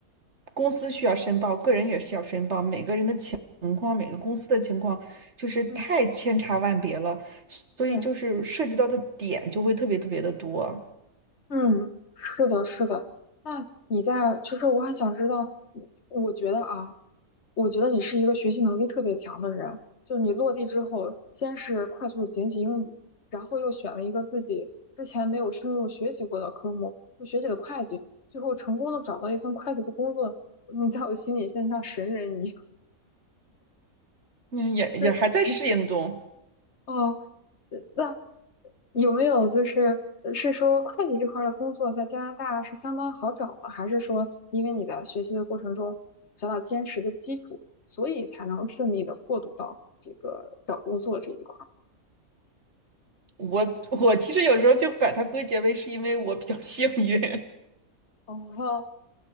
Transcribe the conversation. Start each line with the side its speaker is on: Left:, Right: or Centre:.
Right: 公司需要申报，个人也需要申报，每个人的情况，每个公司的情况就是太千差万别了，
Left: 嗯，
Right: 所以就是涉及到的点就会特别特别的多。
Left: 对，嗯，是的，是的。那你在，就是我很想知道，我觉得啊，我觉得你是一个学习能力特别强的人，就你落地之后，先是快速的捡起英语，然后又选了一个自己之前没有深入学习过的科目，就学习的会计，最后成功的找到一份会计的工作。你在我心里像像神人一样。
Right: 嗯，也也还在适应中。
Left: 是哦，呃那有没有就是呃是说会计这块儿的工作在加拿大是相当好找吗？还是说因为你在学习的过程中想要坚实的基础，所以才能顺利的过渡到这个找工作这一块儿？
Right: 我我其实有时候就把它归结为是因为我比较幸运，
Left: 哦，